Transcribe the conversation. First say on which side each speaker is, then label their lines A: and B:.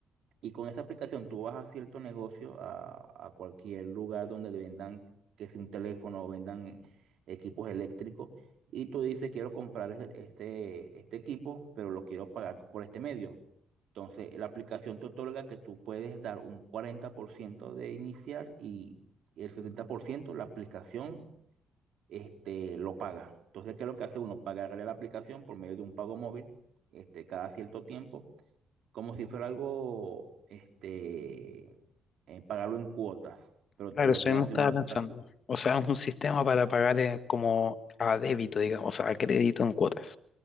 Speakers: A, on the right; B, on the left.
A: Y con esa aplicación tú vas a cierto negocio, a, a cualquier lugar donde le vendan, que sea un teléfono o vendan eh, equipos eléctricos, y tú dices, quiero comprar este, este este equipo, pero lo quiero pagar por este medio. Entonces, la aplicación te otorga que tú puedes dar un 40% de iniciar y el 60% la aplicación este, lo paga. Entonces, ¿qué es lo que hace uno? Pagarle la aplicación por medio de un pago móvil, este, cada cierto tiempo, como si fuera algo, este, eh, pagarlo en cuotas, pero
B: Claro,
A: te lo
B: eso
A: llevas
B: mismo estaba
A: de una vez
B: pensando.
A: para...
B: O sea, es un sistema para pagar eh, como a débito, digamos, o sea, a crédito en cuotas.